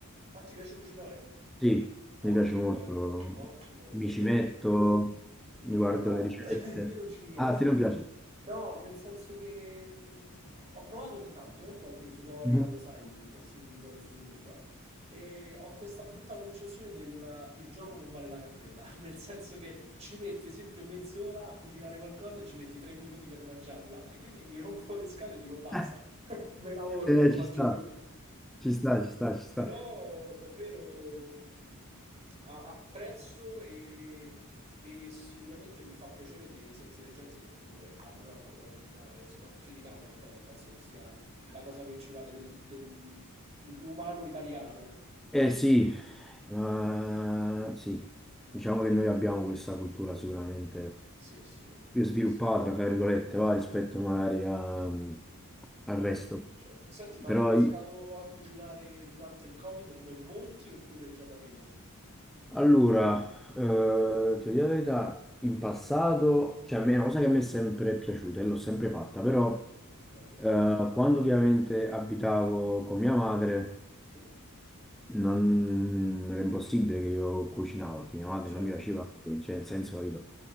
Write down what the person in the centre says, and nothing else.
Sì,
mi piace
molto,
mi
ci metto,
mi guardo
le ricette.
Ah, a te non piace?
Mhm.
<laughs>
Eh, eh,
ci sta.
Ci sta, ci sta, ci sta.
Eh sì, eh, sì,
diciamo che noi abbiamo questa cultura sicuramente
più
sviluppata,
fra virgolette, va, rispetto magari a- al
resto.
Però
io-
allora, eh, ti dico la verità, in passato, cioè a me è una cosa che mi è sempre piaciuta e l'ho sempre fatta, però
eh, quando ovviamente abitavo con mia madre
non era impossibile che io cucinavo perché mia madre
non mi faceva, cioè nel senso, capito?